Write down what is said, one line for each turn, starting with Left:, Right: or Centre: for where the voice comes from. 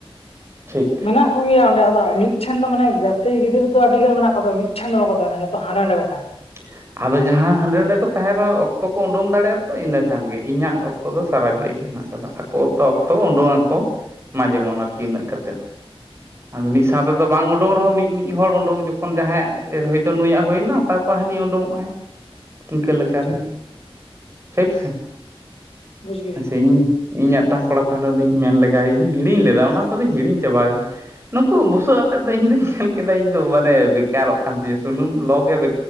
Right: ᱴᱷᱤᱠ
Left: ᱢᱮᱱᱟᱜ ᱚᱸᱰᱮ ᱟᱫᱚ ᱢᱤᱫᱴᱷᱮᱱ ᱫᱚ ᱢᱟᱱᱮ ᱜᱟᱛᱮ ᱜᱤᱫᱨᱟᱹ ᱫᱚ ᱟᱹᱰᱤ ᱜᱟᱱ ᱢᱮᱱᱟᱜ ᱟᱫᱚ ᱢᱤᱫᱴᱷᱮᱱ ᱫᱚ ᱵᱟᱠᱚ ᱛᱟᱦᱮᱱᱟ ᱡᱷᱚᱛᱚ ᱦᱟᱸᱰᱮ ᱱᱟᱟᱸᱰᱮ ᱠᱚ ᱛᱟᱸᱦᱮᱱᱟ᱾
Right: <inaudible> ᱟᱫᱚ ᱡᱟᱦᱟᱸ ᱦᱟᱸᱰᱮ ᱱᱟᱰᱮ ᱠᱚ ᱛᱟᱦᱮᱱ ᱨᱮᱦᱚᱸ ᱚᱠᱛᱚ ᱠᱚ ᱩᱰᱩᱝ ᱫᱟᱲᱮᱭᱟᱜᱼᱟ ᱛᱚ ᱤᱱᱟᱹ ᱠᱷᱟᱱ ᱜᱮ ᱤᱧᱟᱹᱜ ᱚᱠᱛᱚ ᱫᱚ ᱥᱟᱨᱟ ᱜᱷᱟᱹᱲᱤᱡ ᱜᱮ ᱦᱮᱱᱟᱜ ᱟᱠᱟᱫᱟ᱾ ᱠᱚ ᱛᱚ ᱚᱠᱛᱚ ᱩᱰᱩᱝ ᱟᱠᱚ ᱢᱟ ᱡᱮᱢᱚᱱ ᱟᱨᱠᱤ ᱤᱱᱟᱹᱜ ᱠᱟᱛᱮᱫ᱾ ᱟᱫᱚ
Left: ᱦᱩᱸ
Right: ᱢᱤᱫ ᱥᱟᱶ ᱛᱮᱫᱚ ᱵᱟᱝ ᱩᱰᱩᱝ ᱨᱮᱦᱚᱸ ᱢᱤ-ᱢᱤᱫ ᱦᱚᱲ ᱩᱰᱩᱝ ᱡᱚᱠᱷᱚᱱ ᱡᱟᱦᱟᱸᱭᱭᱟᱜ ᱦᱳᱭᱛᱳ ᱱᱩᱭᱟᱜ ᱦᱩᱭᱱᱟ, ᱛᱟᱯᱚᱨ ᱦᱟᱱᱤ ᱩᱰᱝᱚᱜᱼᱟᱭ ᱤᱱᱠᱟᱹ ᱞᱮᱠᱟᱨᱮ
Left: ᱴᱷᱤᱠ ᱜᱮᱭᱟ
Right: ᱴᱷᱤᱠ ᱥᱮ?
Left: ᱵᱩᱡᱽ ᱠᱤᱫᱟᱹᱧ
Right: ᱟᱪᱪᱷᱟ ᱤᱧ ᱤᱧᱟᱹᱜᱴᱟᱝ ᱠᱚᱲᱟ ᱛᱟᱦᱚᱞᱮ ᱩᱱᱤᱧ ᱢᱮᱱ ᱞᱮᱜᱟᱭ ᱤᱧ ᱦᱤᱲᱤᱧ ᱞᱮᱫᱟ ᱚᱱᱟ ᱠᱚᱫᱚᱧ ᱦᱤᱧ ᱪᱟᱵᱟ ᱠᱟᱫᱟ ᱱᱩᱠᱩ ᱵᱩᱥᱟᱹᱜ ᱟᱛᱮᱫ ᱫᱚ ᱤᱧ ᱫᱧ ᱧᱮᱞ ᱠᱮᱫᱟ ᱤᱧ ᱫᱚ ᱢᱟᱱᱮ ᱵᱮᱠᱟᱨᱚᱜ ᱠᱟᱱ ᱛᱤᱧᱟᱹ, ᱥᱩᱱᱩᱢ ᱞᱚᱜᱮ ᱵᱮ